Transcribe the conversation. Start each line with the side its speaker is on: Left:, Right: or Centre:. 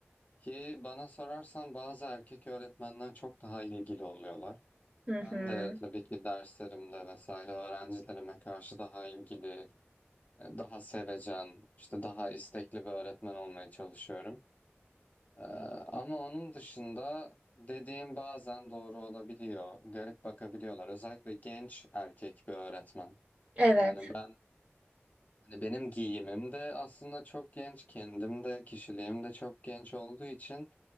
Left: Ki bana sorarsan bazı erkek öğretmenler çok daha ilgili oluyorlar.
Right: Hı hı.
Left: Ben de tabii ki derslerimde vesaire öğrencilerime karşı daha ilgili, daha sevecen, işte daha istekli bir öğretmen olmaya çalışıyorum. Ee, ama onun dışında dediğim bazen doğru olabiliyor. Garip bakabiliyorlar. Özellikle genç erkek bir öğretmen.
Right: Evet.
Left: Yani ben hani benim giyimim de aslında çok genç, kendim de kişiliğim de çok genç olduğu için